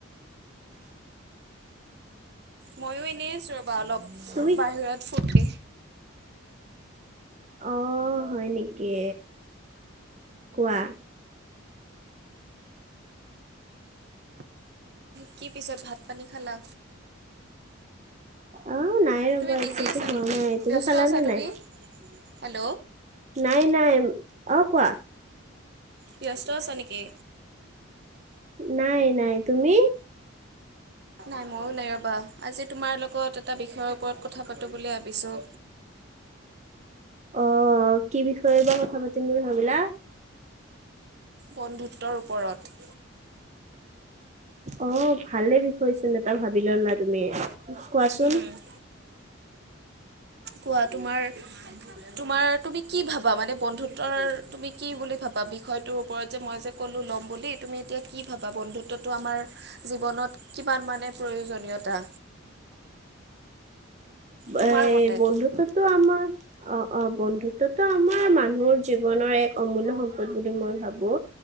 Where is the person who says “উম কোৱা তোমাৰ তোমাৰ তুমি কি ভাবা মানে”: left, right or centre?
Right